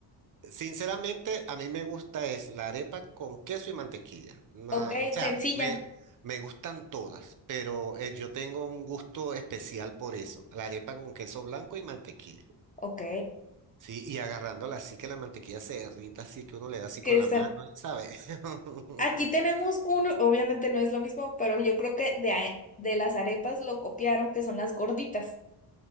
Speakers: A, on the right (about 45°); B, on the left (about 20°).
A: Sinceramente, a mí me gusta es la arepa con queso y mantequilla. Na-
B: Ok,
A: o sea,
B: sencilla.
A: me, me gustan todas, pero eh, yo tengo un gusto especial por eso, la arepa con queso blanco y mantequilla.
B: Ok.
A: Sí, y agarrándola así que la mantequilla se derrita, así que uno le da así
B: Que
A: con la
B: san-
A: mano, ¿sabes? <laughs>
B: Aquí tenemos uno, obviamente no es lo mismo, pero yo creo que de, a- de las arepas lo copiaron, que son las gorditas.